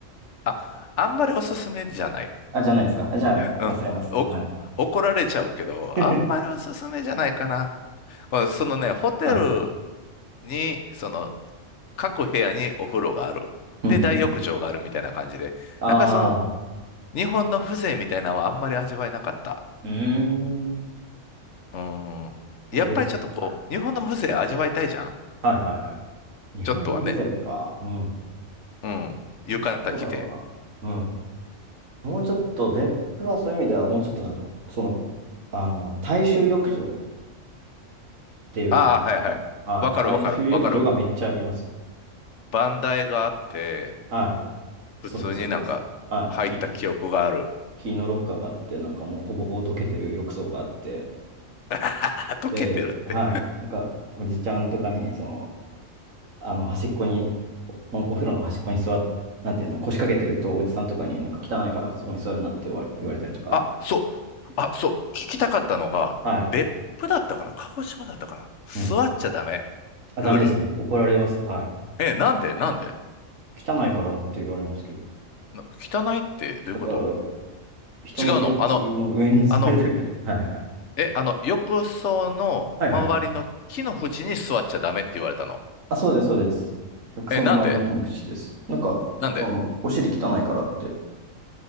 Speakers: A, on the left (about 65°); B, on the right (about 75°).
A: あ、あんまりおすすめじゃない。
B: あ、じゃないですか。あ、じゃあ、
A: うん。
B: 忘れます。
A: おこ、
B: はい。
A: 怒られちゃうけど、
B: <laughs>
A: あんまりおすすめじゃないかな。このそのね、ホテル
B: はい。
A: に、その、各部屋にお風呂がある。
B: うんうんうん。
A: で、大浴場があるみたいな感じで。
B: ああ、
A: なんかその、日本の風情みたいなのはあんまり味わえなかった。
B: うーん。な
A: うーん。やっぱりちょっとこう、
B: んか別、はい。
A: 日本の風情味わいたいじゃん
B: はいはいはい。日本の風情か。
A: ちょっとはね。
B: うん。
A: うん。浴衣着て。
B: それはどうだろうな。うん。もうちょっと、別府はそういう意味では、もうちょっとなんか、その、あの、大衆浴場っていう感じですね。
A: ああ、はいはい。
B: はい。
A: わかるわかる。
B: 大衆浴場がめっちゃあります。
A: わかる。バンダイがあって、
B: はい。
A: 普通になんか入った記憶がある。
B: そうです、そうです。はい。木、木のロッカーがあって、なんかもうほぼほぼ溶けてる浴槽があって、
A: <laughs> あ、溶けてるって。
B: で、はい。なんか、おじちゃんとかに、その、あの、端っこに、お、お風呂の端っこに座っ、なんていうの、腰掛けてると、おじさんとかになんか汚いからそこに座るなって言われ、言われたりとか、
A: あ、そう。あ、そう。聞きたかったのが、
B: はい。
A: 別府だったかな鹿児島だったかな座っちゃダメ。
B: うん。あ、
A: ルール。
B: ダメですね。怒られます。はい。
A: え、なんでなんで
B: 汚いからって言われますけど。
A: な汚いってどういうこと
B: だから、人のケツの上に座りたくない。
A: 違うのあの、あの、
B: はいはいはい。
A: え、あの、浴槽の周りの木の縁に座っちゃダメって言われたの。
B: はいはいはい。あ、そうです、そうです。浴槽の周りの木の縁です。
A: え、なんで
B: なんか、
A: なんで
B: その、お尻汚いからって、